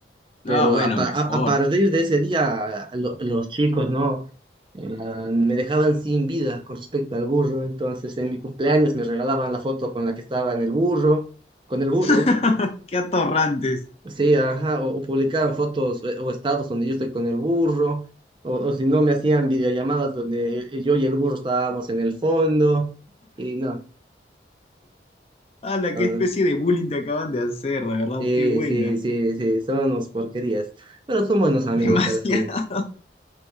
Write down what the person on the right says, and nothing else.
pero
a, pa-
a- a partir de ese día a lo- los chicos, ¿no? Eh, me dejaban sin vida con respecto al burro, entonces en mi cumpleaños me regalaban la foto con la que estaba en el burro, con el burro,
Sí, ajá, o, o publicaban fotos eh, o estados donde yo estoy con el burro, o, o si no me hacían videollamadas donde eh, yo y el burro estábamos en el fondo, y no,
entonces,
sí,
sí, sí, sí, son unos porquerías, pero son buenos amigos
al fin.